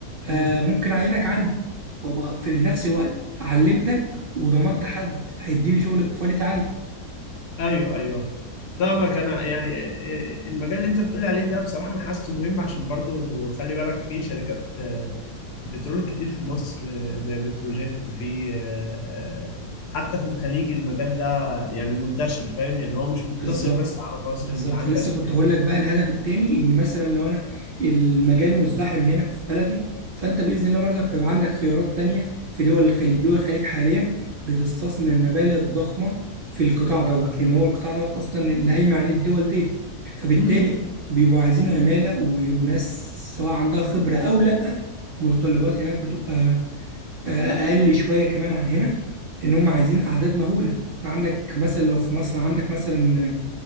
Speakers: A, on the right (about 70°); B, on the left (about 75°).
A: آه،
B: مم.
A: ممكن اعينك عندي وابقى في نفس الوقت علمتك وضمنت حد هيديني شغل بكواليتي عالية
B: ايوه ايوه فاهمك انا يعني إيه، المجال اللي انت بتقول عليه ده بصراحه انا حاسه مهم عشان برضو خلي بالك في شركات آه، بترول كتير في مصر آه، زي بتروجيت في آه، آه، حتى في الخليج المجال ده يعني منتشر فاهم يعني هو مش مقتصر
A: بالظبط
B: بس على مصر
A: بالظبط
B: انت عندك
A: انا لسه كنت هقول لك بقى الهدف التاني ان مثلا لو انا المجال مزدحم هنا في بلدي فانت باذن الله برضك هيبقى عندك خيارات تانية في دول الخليج دول الخليج حاليا بتستثمر مبالغ ضخمه في القطاع دوت لان هو القطاع دوت اصلا اللي قايمه عليه الدول ديت فبالتالي
B: م- م.
A: بيبقوا عايزين عماله و- وناس سواء عندها خبره او لا متطلبات هناك بتبقى اقل شويه كمان عن هنا لان هم عايزين اعداد مهوله انت عندك مثلا لو في مصر عندك مثلا